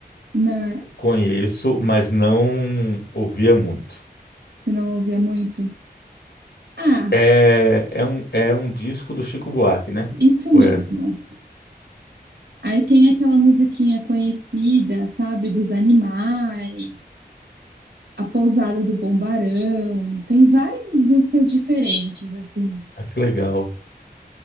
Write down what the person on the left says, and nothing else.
conheço, mas não ouvia muito.
É, é um, é um disco do Chico Buarque, né?
Ué,
ah, que legal.